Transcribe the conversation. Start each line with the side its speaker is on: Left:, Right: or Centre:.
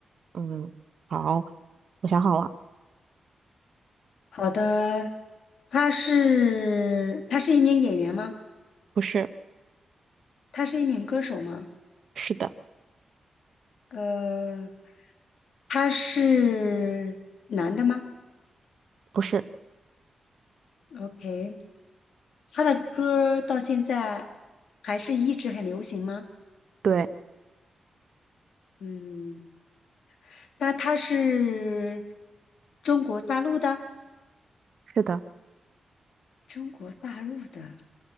Right: 嗯，好，我想好了，
Left: 好的，他是他是一名演员吗？
Right: 不是，
Left: 他是一名歌手吗？
Right: 是的，
Left: 呃，他是男的吗
Right: 不是，
Left: ？OK，他的歌儿到现在还是一直很流行吗？
Right: 对，
Left: 嗯，那他是中国大陆的，
Right: 是的，
Left: 中国大陆的，